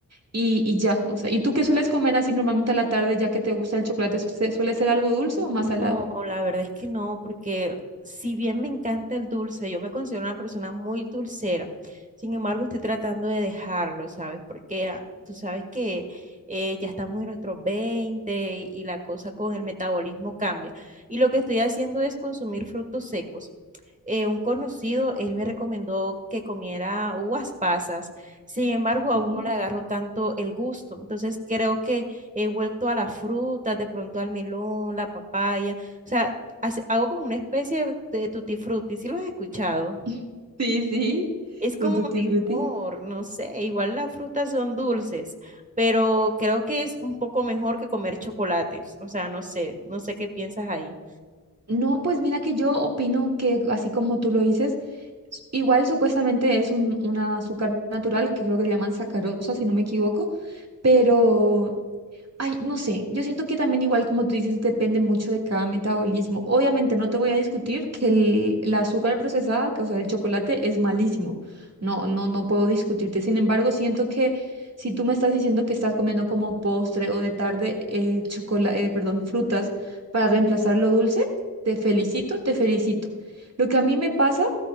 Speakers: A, on the right (about 45°); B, on the right (about 20°).
A: y, y ya, o sea, ¿y tú qué sueles comer así normalmente a la tarde, ya que te gusta el chocolate? ¿Suele suele ser algo dulce
B: No,
A: o más salado?
B: no, la verdad es que no, porque si bien me encanta el dulce, yo me considero una persona muy dulcera, sin embargo estoy tratando de dejarlo, ¿sabes? Porque ah, tú sabes que eh, ya estamos en nuestros 20 y la cosa con el metabolismo cambia. Y lo que estoy haciendo es consumir frutos secos. Eh, un conocido, él me recomendó que comiera uvas pasas, sin embargo aún
A: Sí.
B: no le agarro tanto el gusto, entonces creo que he vuelto a las frutas, de pronto al melón, la papaya, o sea, hace- hago como una especie de, de tutti frutti, si lo has escuchado.
A: <laughs> Sí, sí,
B: Es como
A: un tutti
B: mejor,
A: frutti.
B: no sé, igual las frutas son dulces, pero creo que es un poco mejor que comer chocolates, o sea, no sé, no sé qué piensas ahí.
A: No, pues mira que yo opino que así como tú lo dices, s- igual supuestamente es un, un azúcar natural que creo que le llaman sacarosa, si no me equivoco, pero Ay, no sé, yo siento que también igual como tú dices, depende mucho de cada metabolismo. Obviamente no te voy a discutir que el, la azúcar procesada, que, o sea, el chocolate es malísimo. No, no, no puedo discutirte. Sin embargo, siento que si tú me estás diciendo que estás comiendo como postre o de tarde eh, chocola- eh, perdón, frutas para reemplazar lo dulce, te felicito, te felicito. Lo que a mí me pasa